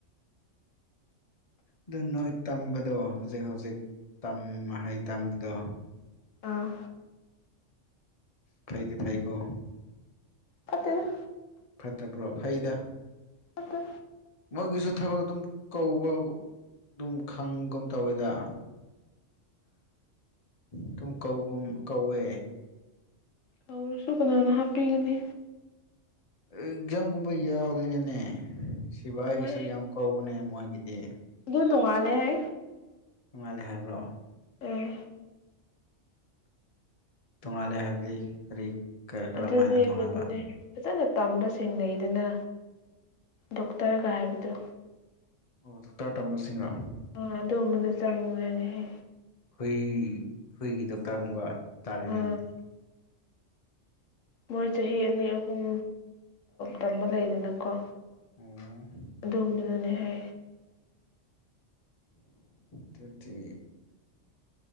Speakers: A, on the left; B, on the left.
A: ꯑꯗꯨ ꯅꯣꯢ ꯇꯝꯕꯗꯣ ꯍꯧꯖꯤꯛ ꯍꯧꯖꯤꯛ ꯇꯝ ꯃꯍꯩ ꯇꯝꯕꯗꯣ
B: ꯑꯥ
A: ꯐꯩꯗꯤ ꯐꯩꯀꯣ
B: ꯐꯠꯇꯦꯗ
A: ꯐꯠꯇꯕ꯭ꯔꯣ ꯐꯩꯗ
B: ꯐꯠꯇ
A: ꯃꯣꯢꯒꯤꯁꯨ ꯊꯕꯛ ꯑꯗꯨꯝ ꯀꯧꯕ ꯑꯗꯨꯝ ꯈꯪꯒꯨꯝ ꯇꯧꯋꯤꯗ ꯑꯗꯨꯨꯝ ꯀꯧꯕꯝ ꯀꯧꯋꯦ
B: ꯇꯧꯔꯁꯨ ꯀꯅꯥꯅ ꯍꯥꯞꯄꯤꯒꯅꯤ
A: ꯑꯦꯛꯖꯥꯝꯒꯨꯝꯕ ꯌꯥꯎꯗꯣꯢꯅꯤꯅꯦ ꯁꯤꯕꯥꯢꯒꯤꯁꯨ
B: ꯃꯣꯏ
A: ꯌꯥꯝ ꯀꯧꯕꯅꯦ ꯃꯣꯢꯒꯤꯗꯤ
B: ꯑꯗꯨ ꯇꯣꯡꯉꯥꯜꯂꯦꯍꯦ
A: ꯅꯣꯡꯉꯥꯜꯂꯦ ꯍꯥꯢꯕ꯭ꯔꯣ
B: ꯑꯦ
A: ꯇꯣꯡꯉꯥꯜꯂꯦ ꯍꯥꯢꯕꯗꯤ ꯀꯔꯤ ꯀꯔꯝ
B: ꯑꯗꯨꯗꯤ
A: ꯍꯥꯏꯅ ꯇꯣꯡꯉꯥꯟꯕ
B: ꯀꯩꯅꯣꯅꯦ ꯐꯖꯅ ꯇꯝꯕ ꯁꯦꯡꯅꯩꯗꯅ ꯗꯣꯛꯇꯔꯒ ꯍꯥꯢꯕꯗꯣ
A: ꯑꯣ ꯗꯣꯛꯇꯔ ꯇꯝꯕꯁꯤꯡꯔꯣ
B: ꯑ ꯑꯗꯨꯒꯨꯝꯕꯅꯦ ꯆꯪꯉꯨꯔꯅꯤꯍꯦ
A: ꯍꯨꯢ ꯍꯨꯢꯒꯤ ꯗꯣꯛꯇꯔꯒꯨꯝꯕ ꯇꯥꯔꯦꯅꯦ
B: ꯑꯥ
A: ꯑꯗꯨꯗꯤ
B: ꯃꯣꯏ ꯆꯍꯤ ꯑꯅꯤ ꯑꯍꯨꯝ ꯇꯝꯕ ꯂꯩꯗꯅꯀꯣ
A: ꯑꯣ
B: ꯑꯗꯣꯝꯗꯔ ꯅꯦꯍꯦ
A: ꯊꯥꯔꯇꯤ